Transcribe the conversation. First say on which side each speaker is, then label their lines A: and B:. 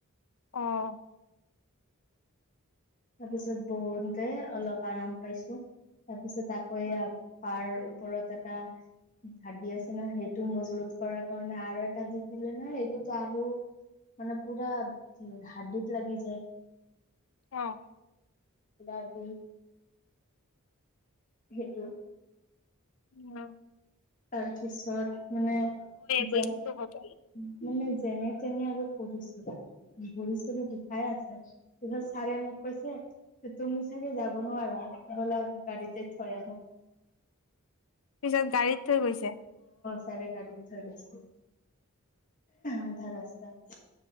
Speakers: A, on the left; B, on the left.
A: অহ',
B: তাৰপিছত বহোতে অলপ আৰাম পাইছো। তাৰপিছত আকৌ এইয়া পাৰ ওপৰত এটা হাড্ডিত আছে ন', সেইটো মজবুত কৰাৰ কাৰণে আৰু এটা দি দিলে ন', এইটোতো আৰু মানে পুৰা হাড্ডিত লাগি যায়।
A: অ',
B: পোৰা বিষ সেইটো,
A: উম
B: <unintelligible> ঘৰত মানে
A: ৱেইটটো
B: যাওঁ মানে,
A: হ'বই।
B: যেনে তেনে আৰু পঢ়িছোঁ, ঘূৰি চুৰি বিষাই আছে তাৰপিছত ছাৰে মোক কৈছে, যে', তুমি চাগে যাব নোৱাৰা। উলা, গাড়ীত যায় থৈ আহোঁ।
A: পিছত গাড়ীত, <unintelligible>
B: চাগে গাড়িত থৈ গৈছে, আধা ৰাস্তাত।